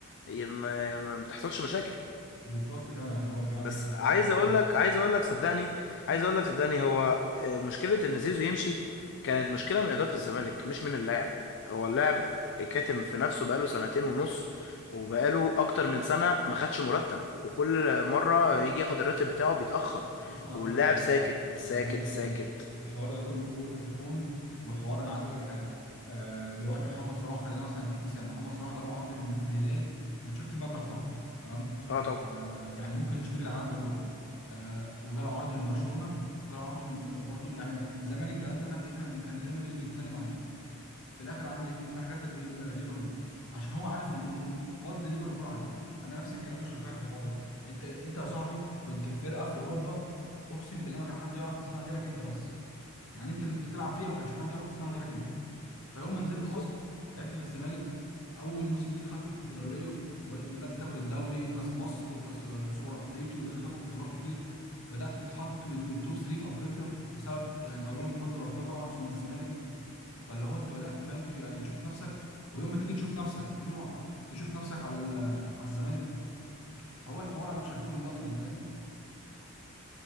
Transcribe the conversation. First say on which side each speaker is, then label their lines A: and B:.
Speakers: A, on the left; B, on the left.
A: ي- ما ما بتحصلش مشاكل
B: بالظبط فعلا يعني هو فعلا
A: بس عايز
B: انت عندك
A: اقول لك عايز اقول لك صدقني عايز اقول لك صدقني هو آه، مشكله ان زيزو يمشي كانت مشكله من اداره الزمالك مش من اللاعب هو اللاعب كاتم في نفسه بقاله سنتين ونص وبقاله اكتر من سنه ما خدش مرتب وكل مره يجي ياخد الراتب بتاعه بيتاخر
B: بص بص انا
A: واللاعب
B: عايز اقول لك حاجه
A: ساكت ساكت
B: انا ماشي
A: ساكت
B: انا الحوار ده كله كو- في كوم وحوار انا عايز اقول لك حاجه آه، دلوقتي محمد صلاح خلينا مثلا اديك مثال محمد صلاح جاله عرض من من الهلال انت شفت المبلغ طبعا تمام
A: اه طبعا
B: آه، يعني ممكن يشتري العالم ده كله آه، وجاله عرض من برشلونه وجاله عرض من آه، برضو يعني آه، زمان الكلام ده كان ايه كان كان ريال مدريد بيتكلم عليه في الاخر عمل ايه راح جدد ليف- آه، ليفربول عشان هو عارف ان إيه فضل ليفربول عليه انا نفس الكلام بشبهها بالحوار ده انت انت يا صاحبي كنت في فرقه في اوروبا اقسم بالله ما كان حد يعرف اسمها غيرك انت بس يعني انت اللي كنت بتلعب فيها ما كانش حد يعرف اسمها غيرك انت فيوم ما نزلت
A: بالظبط
B: مصر لعبت في الزمالك اول موسم ليك خدت الكونفدراليه وبدات تاخد الدوري وكاس مصر وكاس آه، سوبر افريقي وبدات تاخد بطولات كتير بدات تتحط من من التوب 3 في افريقيا بسبب يعني اولا بفضل ربنا طبعا ثم الزمالك فاللي هو انت بدات فاهم ت- يعني تشوف نفسك ويوم ما تيجي تشوف نفسك تشوف تشوف نفسك على ال- على الزمالك فهو الحوار انا مشبهه باللقطه دي فاهم